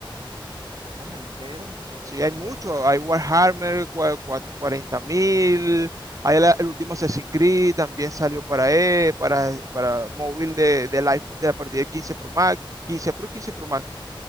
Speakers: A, on the right; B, on the right.
A: Ah, me entero, se ve
B: Sí,
A: chévere.
B: hay mucho, hay Warhammer cua- cua- 40.000, hay la- el último Assassin's Creed, también salió para, e, para, para móvil de, del iPhone de a partir de 15 Pro Max, 15 Pro, 15 Pro Max.